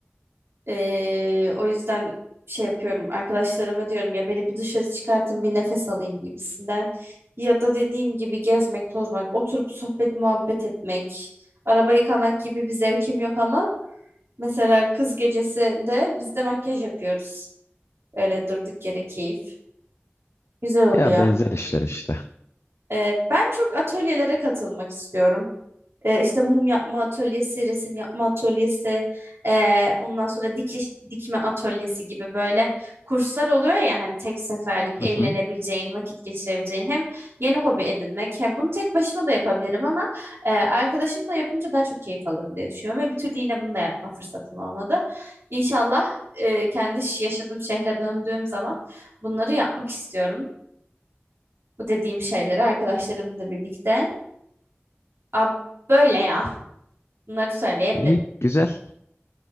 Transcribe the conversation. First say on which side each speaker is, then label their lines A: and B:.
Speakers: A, on the right (about 70°); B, on the left (about 75°).
A: ee, o yüzden şey yapıyorum arkadaşlarıma diyorum ya beni bir dışarı çıkartın bir nefes alayım gibisinden. Ya da dediğim gibi gezmek, tozmak, oturup sohbet muhabbet etmek, araba yıkamak gibi bir zevkim yok ama mesela kız gecesinde biz de makyaj yapıyoruz. Öyle durduk yere keyif. Güzel oluyor.
B: Ya benzer işler işte.
A: Evet, ben çok atölyelere katılmak istiyorum. E, işte mum yapma atölyesi, resim yapma atölyesi, e, ondan sonra dikiş dikme atölyesi gibi böyle kurslar oluyor ya hani tek seferlik
B: Hı
A: eğlenebileceğin,
B: hı.
A: vakit geçirebileceğin hem yeni hobi edinmek. Hem bunu tek başıma da yapabilirim ama e, arkadaşımla yapınca daha çok keyif alırım diye düşünüyorum ve bir türlü yine bunu da yapma fırsatım olmadı. İnşallah e, kendi ş- yaşadığım şehre döndüğüm zaman bunları yapmak istiyorum. Bu dediğim şeyleri arkadaşlarımla birlikte. Ab böyle ya. Bunları söyleyebilirim.
B: İyi, güzel,